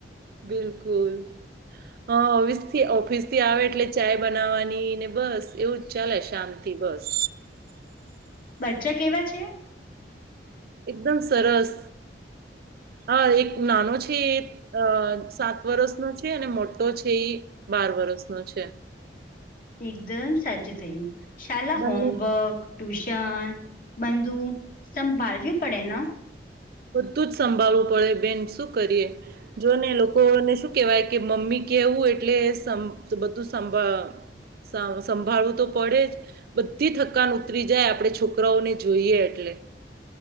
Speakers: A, on the right; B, on the left.
A: બિલકુલ. હા, અવેથી ઓફિસ થી આવે, એટલે ચાય બનાવવાની ને, બસ એવું જ ચાલે શાત. દિવસ.
B: બચ્ચા કેવા છે?
A: એકદમ સરસ. હા, એક નાનો છે. અ સાત વર્ષ નો છે, અને મોટો છે, એ બાર વર્ષ નો છે.
B: એકદમ સાચું થયું શાલા
A: બંને
B: હોમવર્ક ટ્યુશન બંધુ સંભાળવી પડે.
A: બધું જ સંભાળવું પડે બેન શું કરીએ. જો ને લોકોને શું કેવાય કે મમ્મી કેવું એટલે બધું સાભાળ સા સંભાળવું તો પડે જ. બધી થકાન ઉતરી જાય આપડે છોકરાઓને જોઈએ એટલે.